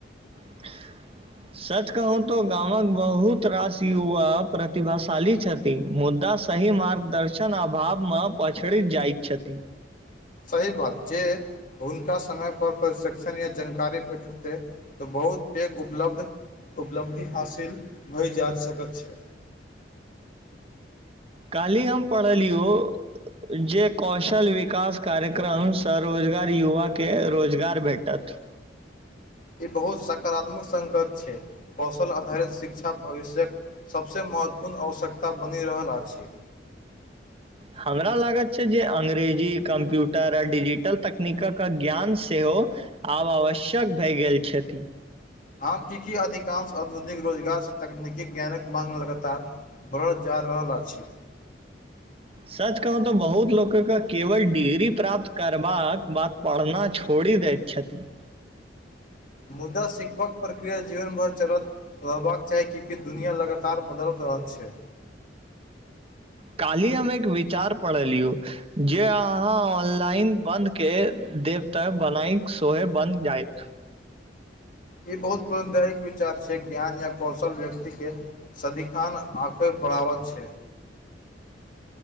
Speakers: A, on the right (about 30°); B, on the left (about 45°).
A: <inaudible> सच कहूँ तऽ गामक बहुत रास युवा प्रतिभाशाली छथि मुद्दा सही मार्गदर्शन अभाव मे पछड़ि जाइत छथि
B: सही बात जे हुनका समय पर प्रशिक्षण या जानकारी भेटतै तऽ बहुत पैघ उपलब्ध उपलब्धि हासिल भए जा सकत छै
A: काल्हि हम पढ़लियौ जे कौशल विकास कार्यक्रम स रोजगार युवाके रोजगार भेटत
B: ई बहुत सकारात्मक संगत छै कौशल आधारित शिक्षा भविष्यक सबसँ महत्वपूर्ण आवश्यकता बनि रहल अछि
A: हमरा लागैत छै जे अंग्रेजी कम्प्यूटर आ डिजिटल तकनीकक ज्ञान सेहो आब आवश्यक भए गेल छथि
B: हँ की की अधिकांश आध्युनिक रोजगारसँ तकनीकी ज्ञानक माँग लगातार बढ़ल जा रहल अछि
A: सच कहू तऽ बहुत लोकक केवल डिग्री प्राप्त करबाक बात पढ़ना छोड़ि दैत छथिन
B: मुदा सिखबक प्रक्रिया जीवन भर चलत रहबाक चाही कियाकी दुनिआ लगातार बदल रहल छै
A: काल्हि हम एक विचार पढ़लियौ जे अहाँ ऑनलाइन बन्दके देब तऽ बनाय सोहे बन्द जायत
B: ई बहुत पौरानदायिक विचार छै ज्ञान या कौशल व्यक्ति के सदिखान आँखर बरावत छै